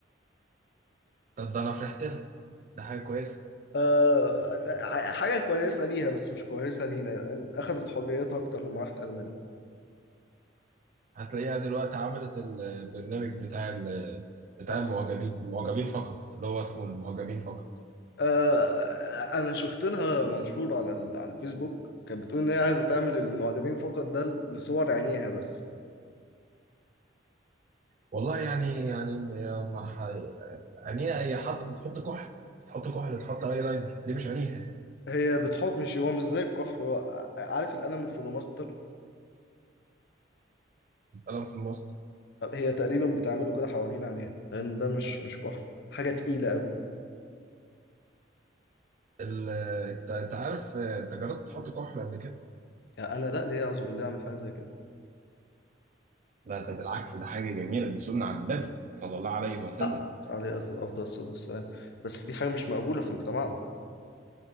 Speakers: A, on the right; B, on the left.
A: طب ده انا فرحت لها ده حاجه كويسه
B: آه ع- حاجة كويسة ليها بس مش كويسة لينا أخدت حريتها أكتر لما راحت ألمانيا
A: هتلاقيها دلوقتي عملت البرنامج بتاع ال- بتاع
B: آه
A: المعجبين المعجبين فقط اللي هو اسمه المعجبين فقط
B: آه، أنا شفت لها منشور على ال- على الفيسبوك كانت بتقول إن هي عايزة تعمل المعجبين فقط ده لصور عينيها بس
A: والله يعني يعني يا مرح... يعني هي حط بتحط كحل بتحط كحل تحط اي لاينر دي مش عينيها
B: هي بتحط مش هو مش زي الكحل هو ع- عارف القلم الفلوماستر
A: دي القلم في الماست
B: هي تقريبا بتعمله كده حوالين عينيها لان ده مش مش كحل حاجه تقيله قوي
A: ال- انت انت عارف انت جربت تحط كحل قبل كده؟
B: يعني انا لا ليه اعوذ بالله اعمل حاجه زي كده
A: لا ده بالعكس ده حاجة جميلة دي سنة عن النبي صلى الله عليه وسلم
B: أقعد عليه اصل افضل الصلاه والسلام بس دي حاجه مش مقبوله في مجتمعنا